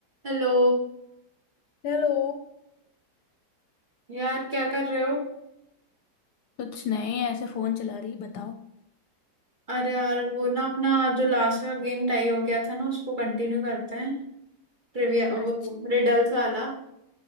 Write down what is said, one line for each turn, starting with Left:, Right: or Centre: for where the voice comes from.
Right: Hello
Left: Hello
Right: यार क्या कर रहे हो
Left: कुछ नहीं ऐसे फोन चला रही बताओ
Right: अरे यार वो ना अपना जो लास्ट का गेम टाई हो गया था ना उसको कंटिन्यू करते हैं ट्रिविया वो
Left: अच्छा
Right: रिडल्स वाला